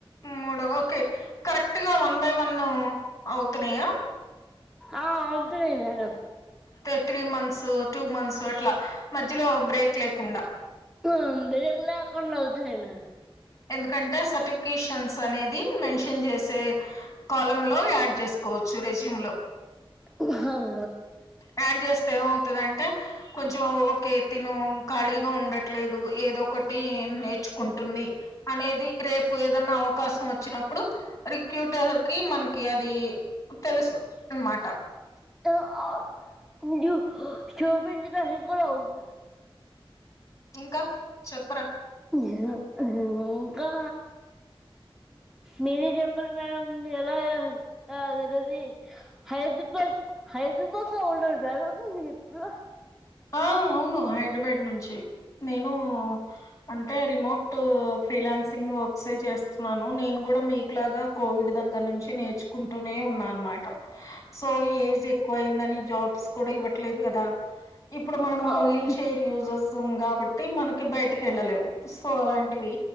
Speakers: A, on the left (about 35°); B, in the centre.
A: మూడు ఓకే కరెక్ట్ గా వన్ బై వన్ అవుతున్నాయా
B: ఆ అవుతున్నాయి మేడం
A: తే త్రీ మంత్స్ టూ మంత్స్ అట్లా మధ్యలో బ్రేక్ లేకుండా
B: మామ్ బ్రేక్ లేకుండా వద్దు లేండి ఆహ
A: ఎందుకంటే సర్టిఫికేషన్స్ అనేది మెన్షన్ చేసే కాలం లో యాడ్ చేసు కోచ్ రెజ్యూమ్ లో
B: ఉహవు
A: యాడ్ చేస్తే ఏమవుతది అ కొంచెం ఓకే తిను ఖాళీగా ఉండట్లేదు ఏదో ఒకటి నేర్చుకుంటుంది అనేది రేపు ఏదన్నా అవకాశం వచ్చినప్పుడు రిక్యూటర్ కి మనకి అది తెలుసు అమా మాట
B: <unintelligible>
A: ఇంకా చెప్పరా
B: ఇంకా మీరే చెప్ చెప్పలు మ్యాడం ఎలాయా ద రది హైదరాబాద్ హైదరాబాద్న్న గర ఎప్పు
A: ఆ అవును హైదరాబాద్ నుంచి నేను అంటే రిమోట్ ఫ్రీలాన్సింగ్ వర్క్స్ చేస్తున్నాను నేను కూడా మీకు లాగా కోవిడ్ దగ్గర నుంచి నేర్చుకుంటూనే ఉన్నా అనమాట సో ఏజ్ ఎక్కువ అయిందని జాబ్స్ కూడా ఇవ్వట్లేదు కదా ఇప్పుడు మనము
B: ఖాళీగా
A: వీల్ చైర్ య స్తాం కాబట్టి మనకి బయటికి వెళ్ళలేము సో అలాంటివి